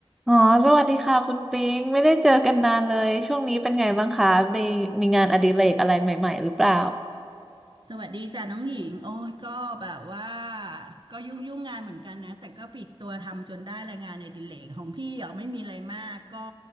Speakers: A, in the centre; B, on the right.
A: อ๋อ สวัสดีค่ะคุณปิงไม่ได้เจอกันนานเลย ช่วงนี้เป็นไงบ้างคะได้มีงานอดิเรกอะไรใหม่ๆหรือเปล่า
B: สวัสดีจ้ะน้องหญิง โอ้ยก็แบบว่า ก็ยุ่งยุ่งงานเหมือนกันนะ แต่ก็ปลีกตัวทำจนได้รายงานในดิเลกของพี่เหรอไม่มีอะไรมากก็